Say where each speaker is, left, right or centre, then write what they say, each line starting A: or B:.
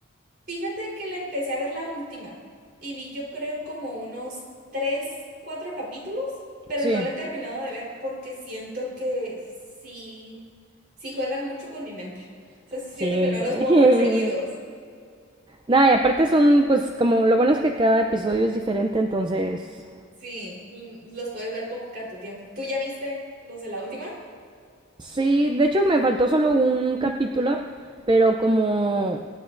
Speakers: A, on the right; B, on the right.
A: Fíjate que la empecé a ver la última y vi yo creo como unos tres, cuatro capítulos, pero
B: Sí.
A: no la he terminado de ver porque siento que sí, sí juegan mucho con mi mente. O sea, sí siento
B: Sí.
A: que no los
B: <laughs>
A: puedo ver seguidos.
B: Nada, y aparte son, pues como lo bueno es que cada episodio es diferente, entonces
A: Sí, l- los puedes ver como que a tu tiempo. ¿Tú ya viste los de la última?
B: Sí, de hecho me faltó solo un capítulo, pero como,